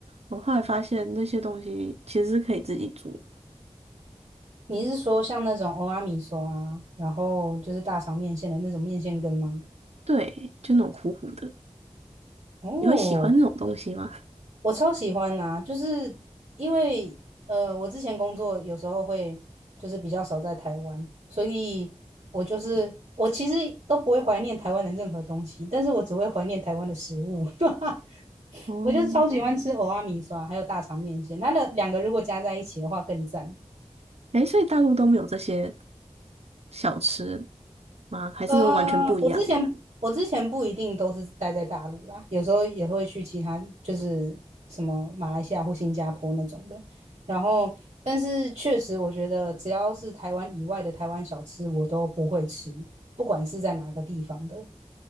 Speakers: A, on the right; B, on the right.
A: 我后来发现那些东西其实是可以自己煮，
B: 你是说像那种欧阿米索啊，然后就是大肠面线的那种面线羹吗？
A: 对，就那种糊糊的，
B: 哦，
A: 你会喜欢那种东西吗？
B: 我超喜欢啊，就是因为呃，我之前工作有时候会就是比较少在台湾，所以我就是我其实都不会怀念台湾的任何东西，但是我只会怀念台湾的食物。<laughs>
A: 哦，
B: 我就是超喜欢吃蚵仔米刷，还有大肠面线，它的两个如果加在一起的话更赞。
A: 诶，所以大陆都没有这些小吃。吗？还是说完全不一样的？
B: 呃，我之前我之前不一定都是待在大陆啦，有时候也会去其他，就是什么马来西亚或新加坡那种的。然后，但是确实，我觉得只要是台湾以外的台湾小吃，我都不会吃，不管是在哪个地方的。